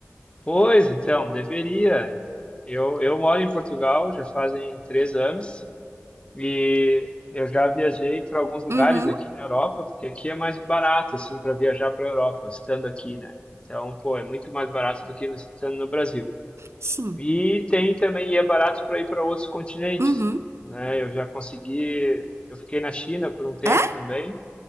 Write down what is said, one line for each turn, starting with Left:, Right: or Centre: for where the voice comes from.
Left: Pois, então, deveria. É, Eu, eu moro em Portugal já fazem três anos e eu já viajei para alguns lugares
Right: Uhum,
Left: aqui na Europa, porque aqui é mais barato, assim, para viajar para a Europa, estando aqui, né? Então, pô, é muito mais barato do que no- estando no Brasil.
Right: sim.
Left: E tem também, e é barato para ir para outros continentes,
Right: Uhum.
Left: né? Eu já consegui, eu fiquei na China por um tempo
Right: É?
Left: também,